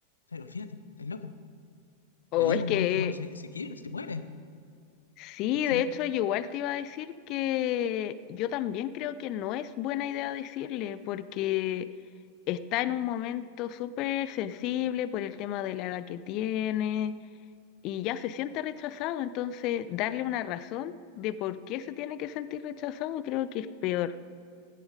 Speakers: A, on the left (about 75°); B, on the left (about 40°).
A: O sea, olvídate, estás loca.
B: O
A: Le digo,
B: es
A: weón,
B: que
A: tu hermano se, se quiebra, se muere,
B: Sí,
A: ¿cachai?
B: de hecho, yo igual te iba a decir que yo también creo que no es buena idea decirle, porque está en un momento súper sensible por el tema de la edad que tiene y ya se siente rechazado, entonces darle una razón de por qué se tiene que sentir rechazado creo que es peor.